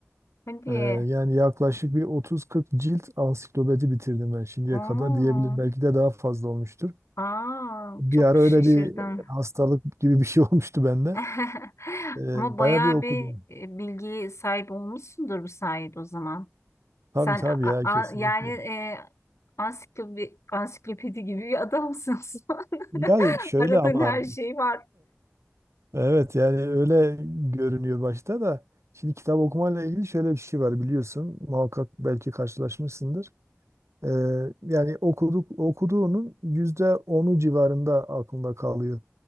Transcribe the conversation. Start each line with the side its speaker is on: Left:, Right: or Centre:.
Left: Hadi.
Right: Ee, yani yaklaşık bir 30-40 cilt ansiklopedi bitirdim ben şimdiye
Left: Oo.
Right: kadar diyebilirim. Belki de daha fazla olmuştur.
Left: Aa,
Right: Bir
Left: çok
Right: ara
Left: şaşırdım.
Right: öyle bir hastalık gibi bir şey <laughs> olmuştu bende.
Left: <laughs>
Right: Ee,
Left: Ama bayağı
Right: bayağı bir okudum.
Left: bir e, bilgiye sahip olmuşsundur bu sayede o zaman.
Right: Tabii
Left: Sen
Right: tabii
Left: a-
Right: ya
Left: a-
Right: kesinlikle.
Left: yani e, ansiklopi- ansiklopedi gibi bir adamsın. Osman.
Right: Ya
Left: <laughs>
Right: şöyle
Left: Aradığın
Right: ama
Left: her şey var.
Right: evet yani öyle görünüyor başta da. Şimdi kitap okumayla ilgili şöyle bir şey var biliyorsun. Muhakkak belki karşılaşmışsındır. Ee, yani okuduk, okuduğunun yüzde onu civarında aklında kalıyor.